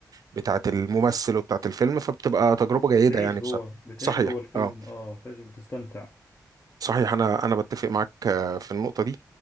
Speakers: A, on the right; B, on the left.
A: بتاعت الممثل وبتاعت الفيلم فبتبقى تجربة جيدة
B: بتعيش
A: يعني
B: جوه
A: بصراحة
B: بتعيش
A: صحيح
B: جوه الفيلم
A: اه
B: اه بتعيش بتستمتع
A: صحيح أنا أنا بتفق معاك آه، في النقطة دي